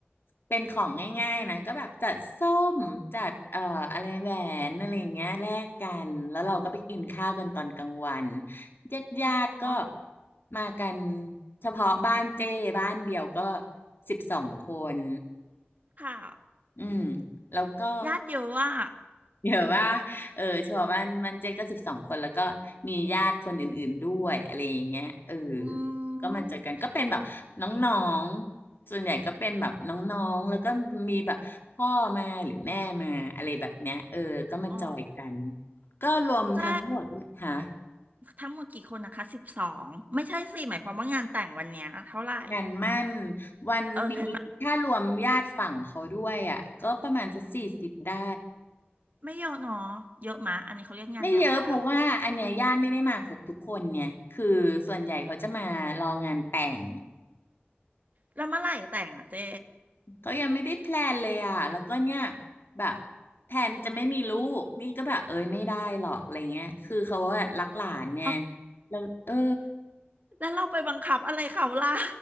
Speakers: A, on the left; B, on the right.
A: เป็นของง่ายๆนะก็แบบจัดส้มจัดเอ่ออะไรแหวนอะไรอย่างเงี้ยแลกกันแล้วเราก็ไปกินข้าวกันตอนกลางวัน ญาติญาติก็
B: อ๋อ
A: มากันเฉพาะบ้านเจ้บ้านเดี่ยวก็สิบสองคน
B: ค่ะ
A: อืมแล้วก็
B: ญาติเยอะอ่ะ
A: เดี๋ยวว่าเออเฉพาะบ้านบ้านเจ้ก็สิบสองคนแล้วก็มีญาติคนอื่นๆด้วยอะไรอย่างเงี้ยเออ
B: อื
A: ก็มาเจอกันก็เป็นแบบน้องๆส่วนใหญ่ก็เป็นแบบน้องๆแล้วก็มีแบบพ่อมาหรือแม่มาอะไรแบบเนี้ยเออก็มาจอยกัน
B: มอ๋อ
A: ก็รวมทั้งหมดหา
B: เจ๊ทั้งหมดกี่คนนะคะสิบสองไม่ใช่สิหมายความว่างานแต่งวันเนี้ยเท่าไหร่
A: งานมั่นวันนี้ถ้ารวมญาติฝั่งเขาด้วยอ่ะก็ประมาณสักสี่สิบได้
B: เอองั้นไม่ไม่เยอะเนาะเยอะมะอันนี้เขาเรียกงานใหญ่ปะ
A: ไม่เยอะเพราะว่าอันเนี้ยญาติไม่ได้มาครบทุกคนเนี่ยคือส่วนใหญ่เขาจะมารองานแต่ง
B: แล้วเมื่อไหร่แต่งอ่ะเจ๊
A: เขายังไม่ได้แพลนเลยอ่ะแล้วก็เนี่ยแบบแพลนจะไม่มีลูกนี่ก็แบบเอ้ยไม่ได้หรอกอะไรเงี้ยคือเขาอะรักหลานเนี่ย
B: เอา
A: แล้วเออ
B: <laughs> แล้วเราไปบังคับอะไรเขาล่ะ